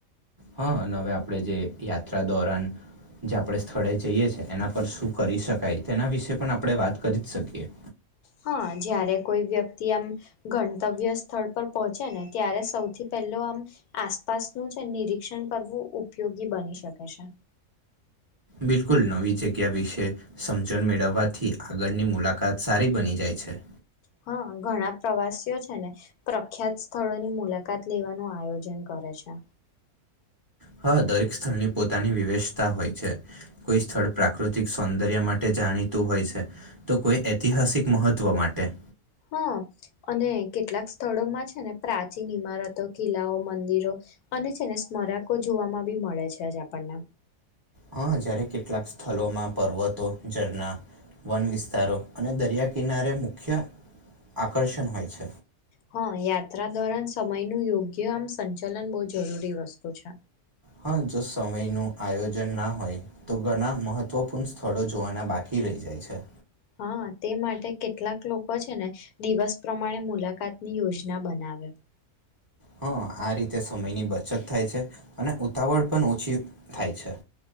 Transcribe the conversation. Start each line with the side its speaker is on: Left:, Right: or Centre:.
Right: હા અને હવે આપણે જે યાત્રા દોરન જે આપણે સ્થળે જઈએ છે એના પર શું કરી શકાય તેના વિશે પણ આપણે વાત કરી જ શકીએ
Left: હા જયારે કોઈ વ્યક્તિ આમ ઘ કરતવ્ય સ્થળ પર પહોંચે ને ત્યારે સૌથી પહેલ આમ આસપાસનું છે નિરીક્ષણ કરવું ઉપયોગી બની શકે છે
Right: બિલકુલ નવી જગ્યા વિશે સમજણ મેળવવાથી આગળની મુલાકાત સારી બની જાય છે
Left: હા ઘણા પ્રવાસીઓ છે ને પ્રખ્યાત સ્થળોની મુલાકાત લેવાનું આયોજન કરે છે
Right: હા દરેક સ્થળની પોતાની વિવેેશતા હોય છે કોઈ સ્થળ પ્રાકૃતિક સૌંદર્ય માટે જાણીતું હોય છે તો કોઈ ઐતિહાસિક મહત્વ માટે
Left: હા અને કેટલાક સ્થળોમાં છે ને પ્રાચીન ઈમારતો કિલ્લાઓ મંદિરો અને છે ને સ્મરકો જોવામાં બી મળે છે જ આપણને
Right: હા જયારે કેટલાક સ્થળો માં પર્વતો, ઝરણા, વન વિસ્તારો અને દરિયા કિનારે મુખ્ય આકર્ષણ હોય છે.
Left: હા યાત્રા દોરન સમય નું યોગ્ય આમ સંચલન બહુ જરૂરી વસ્તુ છે.
Right: હા જો સમય નુ આયોજન ના હોય તો ઘણા મહત્વપૂર્ણ સ્થળો જોવાના બાકી રહી જાય છે.
Left: હા તે માટે કેટલાક લોકો છે ને દિવસ પ્રમાણે મુલાકાતની યોજના ના બનાવે.
Right: હા આ રીતે સમયની બચત થાય છે અને ઉતાવળ પણ ઓછી થાય છે.